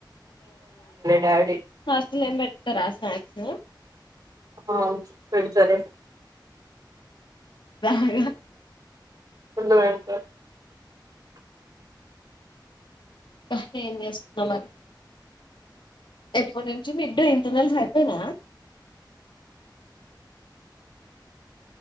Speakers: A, on the right (about 60°); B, on the left (about 80°).
A: డాడీ
B: హాస్టల్ల ఏం పెట్టరా స్నాక్స్.
A: ఆహ్ పెడుతారు.
B: బాగా.
A: ముందు పెడుతారు.
B: ఇంకా ఏం చేస్తున్నావ్ మరి. రేపటి నుంచి మీడ్డో ఇంటర్నల్స్ అయిపోయినాయ.